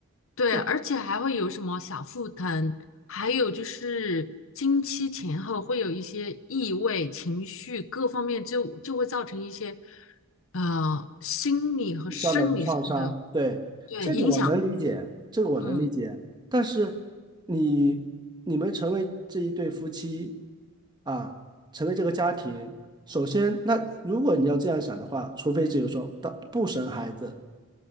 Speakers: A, on the left; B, on the right.
A: 对，
B: 对。
A: 而且还会有什么小腹疼，还有就是经期前后会有一些异味、情绪各方面就就会造成一些呃心理和生理上的
B: 以上的创伤，对，
A: 对影响。
B: 这个我能理解，这个我能理解。
A: 嗯，
B: 但是你你们成为这一对夫妻啊，成为这个家庭，首先，那如果你要这样想的话，除非只有说当不生孩子，